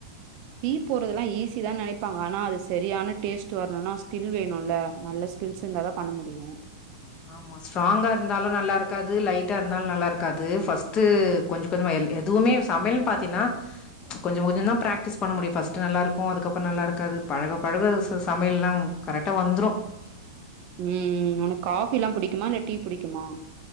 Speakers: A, on the right; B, on the left.
A: டீ போட்றதுல்லா ஈஸிதா நெனைப்பாங்க ஆனா அது சரியான டேஸ்ட் வரணுனா ஸ்கில் வேணுல்ல நல்ல ஸ்கில் ஸ்கில்ஸ் இருந்தா தா பண்ண முடியு
B: ஆமா ஸ்ட்ராங்கா இருந்தாலு நல்லா ருக்காது லைட்டா இருந்தாலு நல்லாருக்காது ஃபஸ்ட்டு கொஞ்ச கொஞ்சம்ம எ எதுவுமே சமையல் பாத்தின்னா கொஞ்சம் கொஞ்சம்தா ப்ராக்டிஸ் பண்ண முடியு ஃபஸ்ட்டு நல்லாருக்கு அதுக்கப்றோ நல்லாருக்காது பழக பழக ச சமையல்லா கரெக்ட்டா வந்ரு
A: ம் உனக்கு காபில்லா புடிக்குமா இல்ல டீ புடிக்குமா